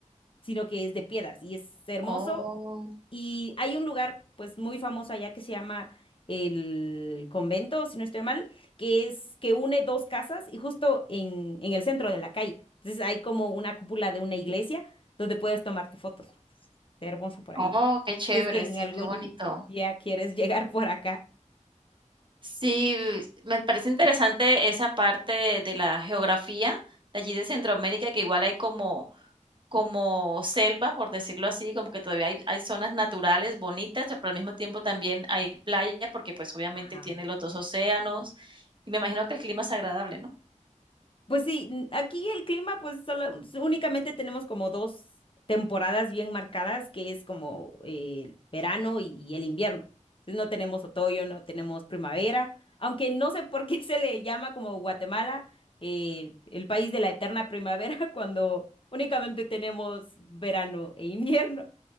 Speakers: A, on the left (about 40°); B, on the right (about 40°).
A: sino que es de piedras y es hermoso.
B: Oh,
A: Y hay un lugar, pues, muy famoso allá que se llama el convento, si no estoy mal, que es que une dos casas y justo en, en el centro de la calle. Entonces hay como una cúpula de una iglesia donde puedes tomarte fotos. Está hermoso por ahí.
B: oh, qué chévere,
A: Si es que en
B: sí,
A: algún
B: qué bonito.
A: día quieres <laughs> llegar por acá.
B: Sí, me parece interesante esa parte de de la geografía de allí de Centroamérica, que igual hay como como selva, por decirlo así, como que todavía hay, hay zonas naturales bonitas, pero al mismo tiempo también hay playa, porque pues obviamente
A: Ajá.
B: tiene los dos océanos, y me imagino que el clima es agradable, ¿no?
A: Pues sí, n- aquí el clima, pues solo, s- únicamente tenemos como dos temporadas bien marcadas, que es como eh, el verano y, y el invierno. Entonces no tenemos otoño, no tenemos primavera, aunque no sé por qué <laughs> se le llama como Guatemala eh, el país de la eterna primavera <laughs> cuando únicamente tenemos verano e invierno.